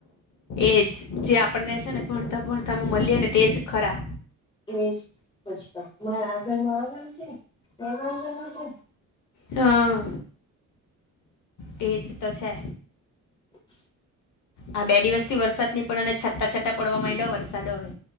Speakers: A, on the left; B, on the left.
A: એજ જે આપણને સે ને ભણતા ભણતામાં મલીએ ને તે જ ખરા.
B: એ જ <unintelligible> એનું આગળલું <unintelligible>
A: હા, તે જ તો છે.
B: <inaudible>
A: આ બે દિવસ થી વરસાદ નહી પણ અને છાંટા છાંટા પડવા માંડ્યા વરસાદ હવે